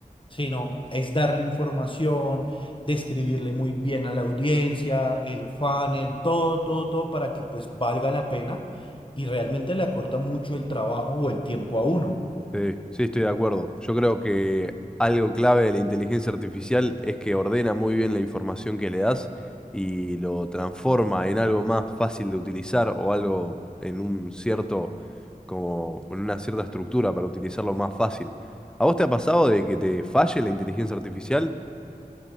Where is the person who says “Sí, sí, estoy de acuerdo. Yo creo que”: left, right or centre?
Centre